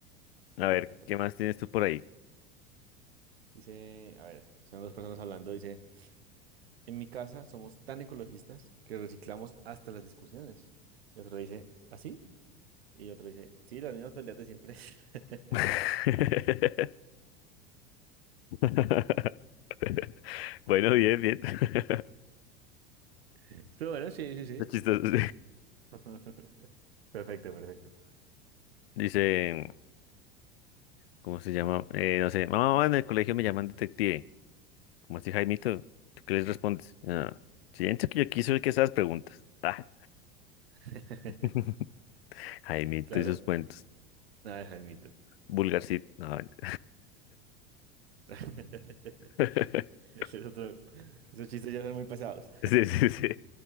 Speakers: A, on the left (about 75°); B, on the right (about 80°).
A: A
B: Perfecto,
A: ver,
B: perfecto.
A: ¿qué más tienes tú por ahí?
B: Dice, a ver, son dos personas hablando. Dice, en mi casa somos tan ecologistas que reciclamos hasta las discusiones. Y otro dice, ¿así? Y otro dice, sí, las mismas peleas de siempre. <laughs>
A: <laughs> <laughs> Bueno, bien, bien. <laughs>
B: Estuvo bueno, sí, sí, sí.
A: Está chistoso. <laughs>
B: <laughs> Perfecto, perfecto.
A: Dice. ¿Cómo se llama? Eh, no sé, mamá, mamá, en el colegio me llaman detective. ¿Cómo así, Jaimito? ¿Tú qué les respondes? Ah, siento que yo quiso que esas preguntas. Ah,
B: <laughs>
A: <laughs> Jaimito
B: Claro,
A: y sus cuentos.
B: nada, Jaimito.
A: Vulgarcito. No, mentira.
B: <laughs>
A: <laughs>
B: Ese es otro. Esos chistes ya son muy pasados.
A: sí, sí, sí.